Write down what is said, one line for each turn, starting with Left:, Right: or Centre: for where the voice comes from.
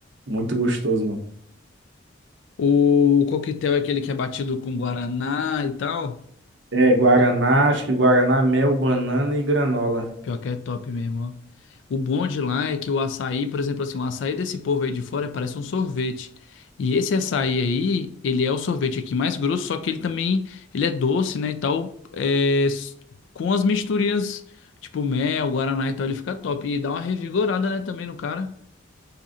Right: Muito gostoso, mano.
Left: O coquetel é aquele que é batido com guaraná e tal.
Right: É, guaraná, acho que guaraná, mel, banana e granola.
Left: Pior que é top mesmo, ó. O bom de lá é que o açaí, por exemplo, assim, o açaí desse povo aí de fora parece um sorvete. E esse açaí aí, ele é o sorvete aqui mais grosso, só que ele também, ele é doce, né, e tal, é, s- com as misturinhas, tipo mel, guaraná e tal, ele fica top. E dá uma revigorada, né, também no cara.